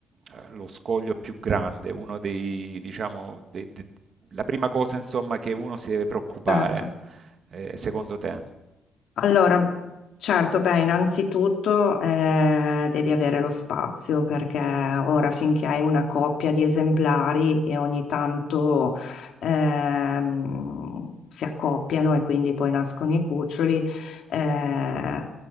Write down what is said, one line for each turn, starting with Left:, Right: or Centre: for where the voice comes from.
Right: eh, lo scoglio più grande? Uno dei, diciamo, dei- de- la prima cosa, insomma, che uno si deve preoccupare,
Left: certo.
Right: eh, secondo te?
Left: Allora, certo, beh, innanzitutto eh, devi avere lo spazio perché ora finché hai una coppia di esemplari e ogni tanto ehm, si accoppiano e quindi poi nascono i cuccioli, eh,